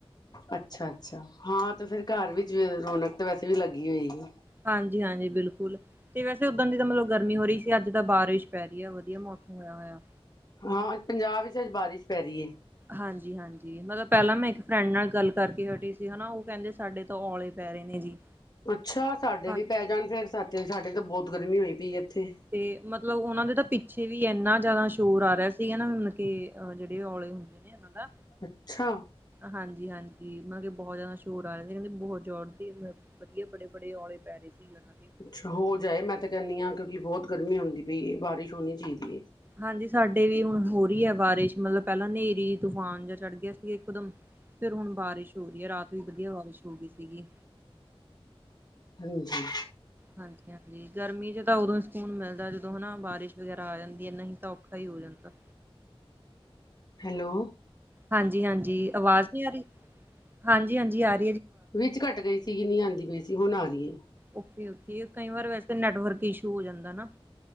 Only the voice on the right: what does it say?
ਹਾਂਜੀ- ਹਾਂਜੀ ਬਿਲਕੁਲ। ਤੇ ਵੈਸੇ ਉੱਦਣ ਦੀ ਤਾਂ ਮਤਲਬ ਗਰਮੀ ਹੋ ਰਹੀ ਸੀ ਅੱਜ ਤਾਂ ਬਾਰਿਸ਼ ਪੈ ਰਹੀ ਆ ਵਧੀਆ ਮੌਸਮ ਹੋਇਆ ਹੋਇਆ।
ਹਾਂਜੀ-ਹਾਂਜੀ ਮਤਲਬ ਪਹਿਲਾਂ ਮੈਂ ਇੱਕ ਫਰੈਂਡ ਨਾਲ ਗੱਲ ਕਰਕੇ ਹਟੀ ਸੀ ਹਨਾ ਉਹ ਕਹਿੰਦੇ ਸਾਡੇ ਔਲੇ ਪੈ ਰਹੇ ਨੇ ਜੀ।
ਹਾਂ
ਤੇ ਮਤਲਬ ਉਹਨਾ ਦੇ ਤਾਂ ਪਿੱਛੇ ਵੀ ਇਨਾ ਜਿਆਦਾ ਸ਼ੋਰ ਆ ਰਿਹਾ ਸੀਗਾ ਨਾ ਮਤਲਬ ਕੇ ਜਿਹੜੇ ਔਲੇ ਹੁੰਦੇ ਉਨਾ ਦਾ
ਹਾਂਜੀ-ਹਾਂਜੀ ਮਤਲਬ ਕਿ ਬਹੁਤ ਜ਼ਿਆਦਾ ਸ਼ੋਰ ਆ ਰਿਹਾ ਸੀ ਕਹਿੰਦੇ ਬਹੁਤ ਜੋਰਦੀ ਵਧੀਆ ਬੜੇ-ਬੜੇ ਔਲੇ ਪੈ ਰਹੇ ਸੀਗੇ ਉਹਨਾਂ ਦੇ
ਹਾਂਜੀ, ਸਾਡੇ ਵੀ ਹੁਣ ਹੋ ਰਹੀ ਹੈ ਬਾਰਿਸ਼ ਮਤਲਬ ਪਹਿਲਾਂ ਨੇਰੀ, ਤੂਫਾਨ ਜਾਂ ਚੜ੍ਹ ਗਿਆ ਸੀ ਇਕਦਮ ਫੇਰ ਹੁਣ ਬਾਰਿਸ਼ ਹੋ ਰਹੀ ਐ ਰਾਤ ਵੀ ਵਧੀਆ ਬਾਰਿਸ਼ ਹੋ ਗਈ ਸੀਗੀ।
ਹਾਂਜੀ, ਹਾਂ ਜੀ ਗਰਮੀ ਚ ਤਾਂ ਉਦੋਂ ਹੀ ਸਕੂਨ ਮਿਲਦਾ ਜਦੋਂ ਹਨਾ ਬਾਰਿਸ਼ ਵਗੈਰਾ ਆ ਜਾਂਦੀ ਐ ਨਹੀਂ ਤਾਂ ਔਖਾ ਹੀ ਹੋ ਜਾਂਦਾ।
ਹਾਂਜੀ, ਹਾਂਜੀ ਆਵਾਜ਼ ਨਹੀਂ ਆ ਰਹੀ ਹਾਂਜੀ, ਹਾਂਜੀ ਆਰੀ
ਓਕੇ ਓਕੇ ਕਈ ਵਾਰ ਵੈਸੇ ਨੈਟਵਰਕ ਇਸ਼ੂ ਹੋ ਜਾਂਦਾ ਨਾ